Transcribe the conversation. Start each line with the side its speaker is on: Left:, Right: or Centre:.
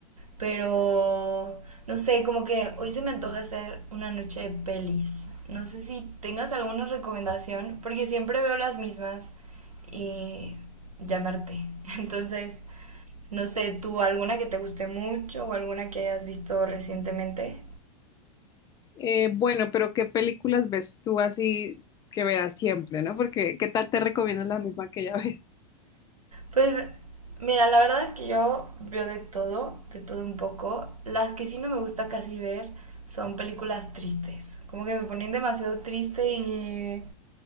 Right: pero no sé, como que hoy se me antoja hacer una noche de pelis. No sé si tengas alguna recomendación, porque siempre veo las mismas y llamarte. <laughs> Entonces, no sé, ¿tú alguna que te guste mucho o alguna que hayas visto recientemente?
Left: Eh, bueno, pero ¿qué películas ves tú así que veas siempre, no? Porque ¿qué tal te recomiendas la misma que ya ves?
Right: Pues mira, la verdad es que yo veo de todo, de todo un poco. Las que sí no me gusta casi ver son películas tristes. Como que me ponen demasiado triste y,